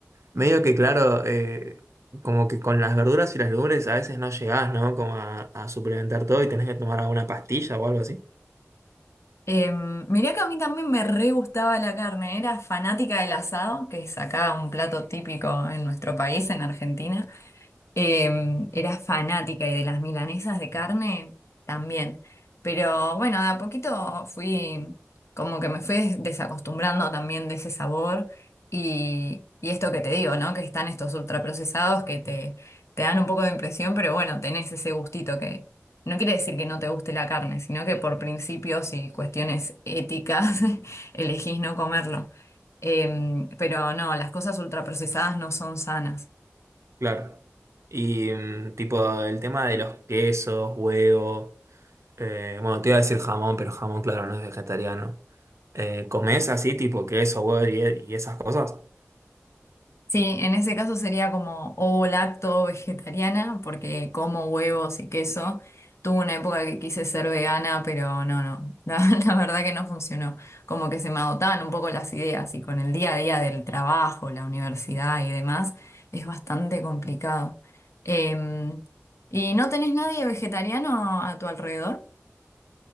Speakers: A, on the right (about 75°); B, on the left (about 65°).
A: medio que claro, eh, como que con las verduras y las legumbres a veces no llegás, ¿no? Como a, a suplementar todo y tenés que tomar alguna pastilla o algo así.
B: Eh, mirá que a mí también me re gustaba la carne, era fanática del asado, que es acá un plato típico en nuestro país, en Argentina. Eh, era fanática y de las milanesas de carne también. Pero bueno, de a poquito fui, como que me fui des- desacostumbrando también de ese sabor y, y esto que te digo, ¿no? Que están estos ultraprocesados que te, te dan un poco de impresión, pero bueno, tenés ese gustito que no quiere decir que no te guste la carne, sino que por principios y cuestiones éticas <laughs> elegís no comerlo. Em, pero no, las cosas ultraprocesadas no son sanas.
A: Claro. Y mm, tipo el tema de los quesos, huevos, eh, bueno, te iba a decir jamón, pero jamón, claro, no es vegetariano. Eh, ¿comés así, tipo queso, huevo y, e- y esas cosas?
B: Sí, en ese caso sería como ovo lacto vegetariana, porque como huevos y queso. Tuve una época que quise ser vegana, pero no, no, la, <laughs> la verdad que no funcionó. Como que se me agotaban un poco las ideas y con el día a día del trabajo, la universidad y demás, es bastante complicado. Em, ¿y no tenés nadie vegetariano a tu alrededor?